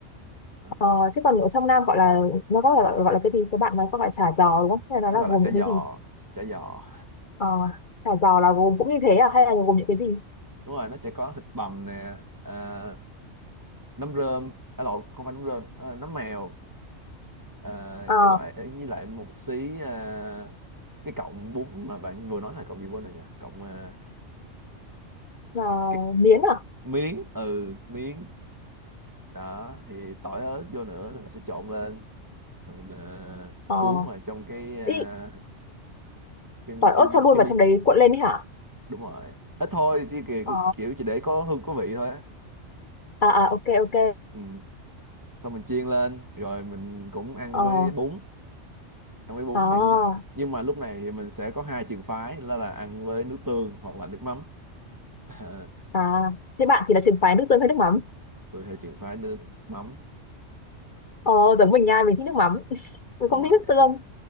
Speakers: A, on the right; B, on the left.
A: Đó.
B: ờ, thế còn ở trong Nam gọi là nó có gọi là gọi là cái gì các bạn nói có gọi là chả giò đúng không hay là
A: nó
B: nó
A: gọi
B: là gồm
A: là chả
B: những
A: giò
B: cái gì
A: chả giò
B: Ờ, chả giò là gồm cũng như thế à hay là gồm những cái gì
A: đúng rồi nó sẽ có thịt bằm nè à, nấm rơm à, lộn không phải nấm rơm à, nấm mèo à,
B: Ờ,
A: cái loại à, với lại một xí à, cái cọng bún mà bạn vừa nói là cọng gì quên rồi nhỉ cọng à,
B: là
A: cái
B: miến à
A: miếng ừ miếng đó thì tỏi ớt vô nữa thì mình sẽ trộn lên rồi mình ờ,
B: Ờ,
A: cuốn vào trong cái ờ,
B: ý,
A: cái
B: tỏi
A: cái
B: ớt cho luôn
A: cái,
B: vào
A: miếng
B: trong đấy cuộn lên đấy hả
A: đúng rồi ít thôi chỉ kiểu,
B: Ờ,
A: kiểu chỉ để có hương có vị thôi á
B: à à ok ok
A: ừ. xong mình chiên lên rồi mình cũng ăn
B: Ờ,
A: với bún ăn với bún
B: à
A: thì nhưng mà lúc này thì mình sẽ có hai trường phái là là ăn với nước tương hoặc là nước mắm <laughs>
B: à thế bạn thì
A: Ờ,
B: là trường phái nước tương hay nước mắm
A: tôi theo trường phái nước mắm
B: Ờ, giống mình nha, mình thích nước mắm, <laughs> mình
A: đúng
B: không
A: rồi
B: thích nước tương.